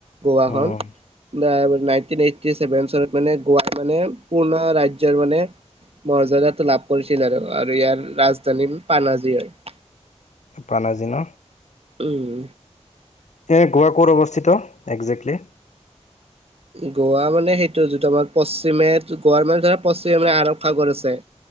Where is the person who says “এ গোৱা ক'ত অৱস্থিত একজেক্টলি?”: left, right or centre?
Left